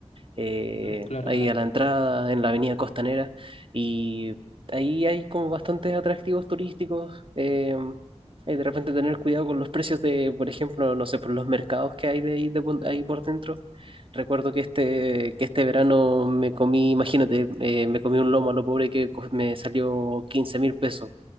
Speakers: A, on the right (about 50°); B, on the left (about 75°).
A: eh,
B: Ujú, claro,
A: ahí
B: claro.
A: a la entrada, en la avenida Costanera, y ahí hay como bastantes atractivos turísticos. eh, hay de repente tener cuidado con los precios de, por ejemplo, no sé, por los mercados que hay de ahí, de pon- ahí por dentro. Recuerdo que este, que este verano me comí, imagínate, eh, me comí un lomo a lo pobre que co- me salió quince mil pesos.